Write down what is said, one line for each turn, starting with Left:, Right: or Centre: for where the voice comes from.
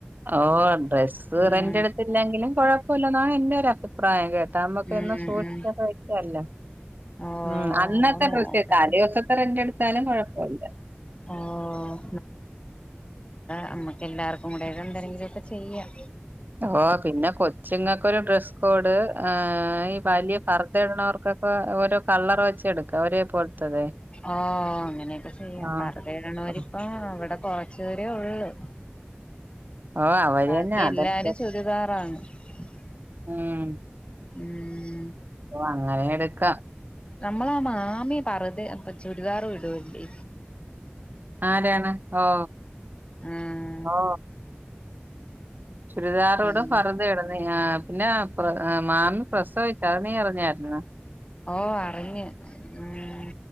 Right: ഓ ഡ്രസ്സ്
Left: ഉം
Right: റെന്റ്ടുത്തില്ലെങ്കിലും കൊഴപ്പമില്ലന്നാണ് എന്റെ - രാെ പുായ ക <inaudible> കത്ത്പൊക്ക
Left: ഉം
Right: സൂക്ഷിച്ച
Left: ഉം
Right: വഴക്കല്ലോ
Left: ഓഹ്
Right: ഉം അന്നത്തെ
Left: നോക്കട്ടെ
Right: ഡ്രസ് താല ദിവസത്തെ റെണ്ടെടുത്താലും കുഴപ്പില്ല
Left: ഓഹ് നമ്മുക്ക് എല്ലാർക്കും കൂടെ എന്തെങ്കിലും ഒക്കെ ചെയ്യാം
Right: ഓ പിന്നെ കൊച്ചിങ്ങക്കൊ ഒരു ഡ്രെസ് കോഡ് ആഹ.. വലിയ പർദ്ദ ഇടുന്നവർക് ഇപ്പൊ ഓരോ കളർ വെച്ച് എടുക്കാം പോലത്തതെ
Left: ഓ അങ്ങനെയൊക്കെ ചെയ്യാം
Right: ആഹ്
Left: പർദ്ദ ഇടുന്നവര്
Right: ആഹ്
Left: ഒക്കെ കൊറച്ചു നേരവേ ഒള്ളു
Right: ഓ അവര്
Left: ബാക്കി
Right: തന്നെ അതനുസരിച്ച്
Left: എല്ലാരും ചുരിദാറാണ് ഉ
Right: ഉം
Left: ഉംഉം
Right: അപ്പ അങ്ങനെ എടുക്ക
Left: നമ്മളാ മാമിയ പറത് അപ്പൊ ചുരിദാറും ഇടുണ്ടി
Right: ആരാണ് ഓ
Left: ആഹ്
Right: ഓ ചുരിദാറും
Left: പിന്നെ
Right: പർദ്ദയുണ്ടഉം അെ ആ പിന്നെ ആ മാമി പ്രസവഹിച്ചു അത് നീ ഇറഞ്ഞായിുന്ന
Left: ഓ അറിഞ്ഞ് ഉം